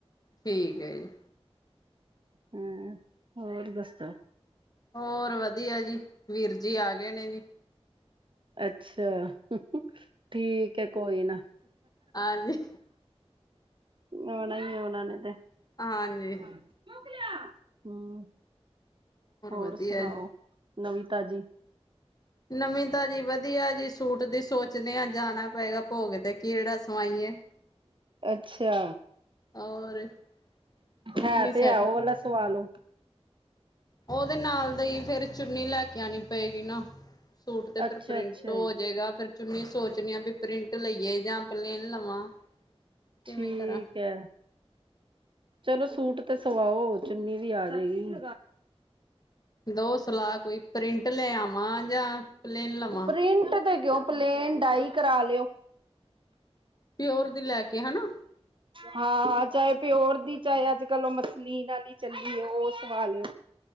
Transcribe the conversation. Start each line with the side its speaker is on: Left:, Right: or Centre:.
Left: ਠੀਕ ਹੈ ਜੀ।
Right: ਹਾਂ ਹੋਰ ਦਸੋ
Left: ਹੋਰ ਵਧੀਆ ਜੀ ਵੀਰ ਜੀ ਆ ਗਏ ਨੇ ਜੀ
Right: ਅੱਛਾ। ਠੀਕ ਹੈ ਕੋਈ ਨਾ
Left: ਹਾਂਜੀ
Right: ਆਉਣਾ ਹੀ ਉਹਨਾਂ ਨੇ ਤੇ
Left: ਹਾਂਜੀ।
Right: ਚੁੱਕ ਲਿਆ ਹੂੰ। ਹੋਰ
Left: ਵਧੀਆ
Right: ਸੁਣਾਓ
Left: ਜੀ
Right: ਨਵੀਂ ਤਾਜ਼ੀ
Left: ਨਵੀਂ ਤਾਜ਼ੀ ਵਧੀਆ ਜੀ ਸੂਟ ਦੀ ਸੋਚਨੇ ਹਾਂ ਜਾਣਾ ਪਏਗਾ ਭੋਗ ਤੇ ਕਿਹੜਾ ਸਵਾਈਏ
Right: ਅੱਛਾ!
Left: ਔਰ ਉਹੀ
Right: ਹੈ
Left: ਨੀ ਸੈਟ
Right: ਤੇ ਹੈ ਉਹ ਵਾਲਾ ਸਵਾ ਲੳ
Left: ਉਹਦੇ ਨਾਲ ਦੇ ਹੀ ਫੇਰ ਚੁੰਨੀ ਲੈ ਕੇ ਆਉਣੀ ਪਏਗੀ ਨਾ ਸੂਟ ਤੇ
Right: ਅੱਛਾ
Left: ਫਿਰ ਪ੍ਰਿੰਟ
Right: ਅੱਛਾ
Left: ਹੋ ਜਾਏਗਾ ਫਿਰ ਚੁੰਨੀ ਸੋਚਣੀ ਆ ਬਈ ਪ੍ਰਿੰਟ ਲਈਏ ਜਾਂ ਪਲੇਨ ਲਵਾਂ। ਕਿਵੇਂ
Right: ਠੀਕ
Left: ਕਰਾਂ
Right: ਹੈ। ਚਲੋ ਸੂਟ ਤੇ ਸਵਾਓ ਚੁੰਨੀ ਵੀ ਆ ਜਾਏਗੀ।
Left: ਦੋ ਸਲਾਹ ਕੋਈ ਪ੍ਰਿੰਟ ਲੈ ਆਵਾਂ ਜਾਂ ਪਲੇਨ ਲਵਾਂ
Right: ਪ੍ਰਿੰਟ ਦੇ ਕਿਉ ਪਲੇਨ ਡਾਈ ਕਰਾ ਲਿਓ।
Left: ਪਿਓਰ ਦੀ ਲੈ ਕੇ ਹੈਨਾ।
Right: ਹਾਂ, ਚਾਹੇ ਪਿਓਰ ਦੀ ਚਾਹੇ ਅੱਜ ਕੱਲ ਉਹ ਮਛਲੀਨ ਨਾਲ ਹੀ ਚੱਲੀ ਏ, ਉਹ ਸਵਾ ਲਿਓ।